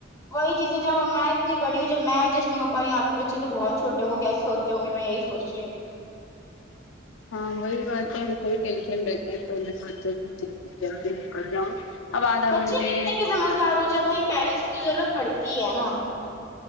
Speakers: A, on the left; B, on the left.
A: وہی چیزیں جب وہ میں اتنی بڑی ہو جب میں ایڈجس نہیں ہو پائی آپ کے بچے تو بہت چھوٹے وہ کیسے ہوتے ہوں گے میں یہی سوچ رہی ہوں
B: ہاں وہی بات ہے ہم کو بھی ٹینشن رہتا ہے تو میں چاہتی ہوں کہ جلدی نکل جاؤں اب آدھا
A: بچے
B: گھنٹے
A: کتنے بھی سمجھدار ہو جب بھائی پیرنٹس کی تو ضرورت پڑتی ہے نا